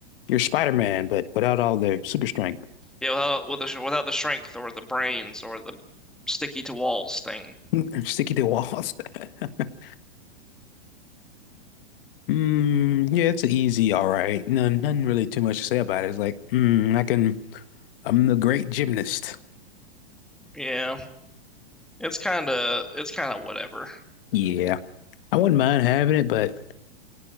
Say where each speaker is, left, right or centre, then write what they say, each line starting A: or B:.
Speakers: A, on the left; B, in the centre.
A: You're Spider-Man, but without all the super strength.
B: Yeah, without with the, without the strength or the brains or the sticky to walls thing.
A: <laughs> Sticky to walls. <laughs> Mm, yeah, it's a easy, all right. No, nothing really too much to say about it. It's like, mm, I can, I'm the great gymnast.
B: Yeah, it's kind of it's kind of whatever.
A: Yeah. I wouldn't mind having it, but